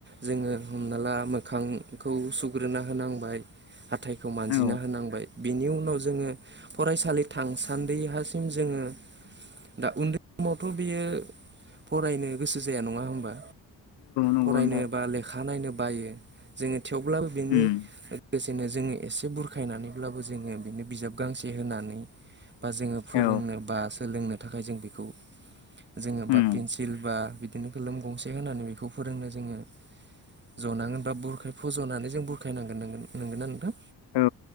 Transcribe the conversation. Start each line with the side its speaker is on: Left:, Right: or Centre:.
Right: जोङो हमना ला मो मोखांखौ सुग्रोना होनांबाय हाथाय खौ मानजिना
Left: औ
Right: होनांबाय बिनि उनाव जोङो फरायसालिआव थांसान्दि हासिम जोङो दा उन्दै समावथ' बियो फरायनो गोसो जाया नङा होमबा
Left: नंगौ
Right: फरायनो
Left: नोंथां
Right: बा लेखा नायनो बायो जोङो थेवब्लाबो बेनि
Left: उम
Right: बिदिनो जोङो एसे बुरखायनानैब्लाबो जोङो बिनो बिजाब गांसे होनानै बा जोङो फोरोंनो
Left: औ
Right: बा सोलोंनो थाखाय जों बेखौ जोङो
Left: उम
Right: बा पेन्सिल बा बिदिनो खोलोम गंसे होनानै बेखौ फोरोंनो जोङो जनांगोन बा बुरखाय फज'नानै जों बुरखायनांगोन नों नंगोना नोंथां
Left: औ